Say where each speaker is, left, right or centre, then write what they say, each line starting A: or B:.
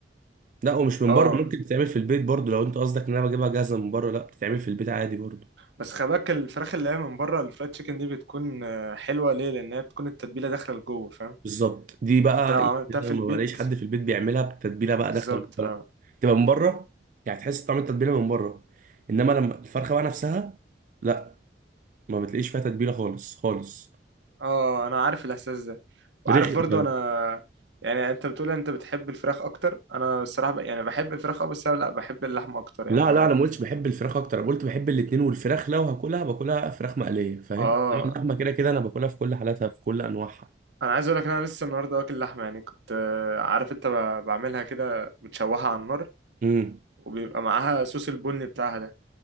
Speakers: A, on the right; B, on the right.
A: لا ومش من
B: اه
A: بره ممكن تتعمل في البيت برضو لو انت قصدك ان انا بجيبها جاهزة من بره لا بتتعمل في البيت عادي برضو
B: بس خلي بالك الفراخ اللي هي من بره الفرايد تشيكن دي بتكون آه، حلوه ليه لان هي بتكون التتبيله داخله لجوه فاهم
A: بالظبط دي بقى
B: انت لو عملتها
A: يعني
B: في
A: انا ما
B: البيت
A: بلاقيش حد في البيت بيعملها بتتبيله بقى
B: بالظبط
A: داخل ولا
B: اه
A: لا تبقى من بره يعني تحس طعم التتبيله من بره انما لما الفرخه بقى نفسها لا ما بتلاقيش فيها تتبيله خالص خالص
B: اه انا عارف الاحساس ده وعارف
A: رخم
B: برضو
A: كمان
B: انا يعني انت بتقول انت بتحب الفراخ اكتر انا الصراحه ب... يعني بحب الفراخ اه بس انا لا بحب اللحمه اكتر يعني
A: لا
B: انا
A: لا انا ما قلتش بحب الفراخ اكتر انا قلت بحب الاتنين والفراخ لو هاكلها باكلها فراخ مقليه فاهم
B: اه
A: إنما اللحمه كده كده انا باكلها في كل حالاتها في كل انواعها
B: انا عايز اقول لك ان انا لسه النهارده واكل لحمه يعني كنت آه، عارف انت ب- بعملها كده بتشوحها على النار
A: امم
B: وبيبقى معاها صوص البني بتاعها ده